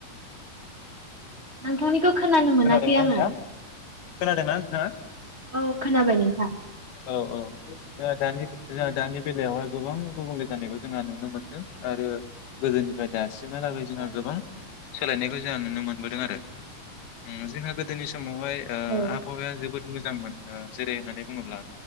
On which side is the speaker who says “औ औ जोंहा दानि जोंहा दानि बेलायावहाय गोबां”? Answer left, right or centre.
Left